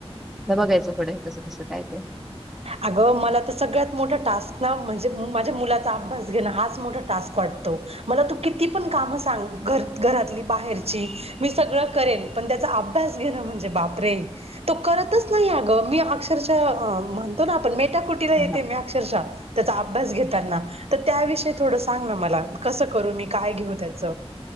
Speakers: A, in the centre; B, on the right (about 70°).
A: आत बघायचं पुढं आहे कसं कसं, काय काय,
B: अगं मला तर सगळ्यात मोठा टास्क ना, म्हणजे माझ्या मुलाचा अभ्यास घेणं हाच मोठा टास्क वाटतो. मला तू किती पण काम सांग, घरातली, बाहेरची मी सगळे करेन. पण तेचा अभयास घेणं म्हणजे बापरे तो करतच नाही अग मी अक्षर्षा म्हणते, त करतो ना आपण <unintelligible> कुटीला येते
A: ह
B: मी अक्षरशः त्याचा अभ्यास घेतताना तर त्याविषयी थोडं सांग ना मला, कसं करू मी काय घेऊ त्याच?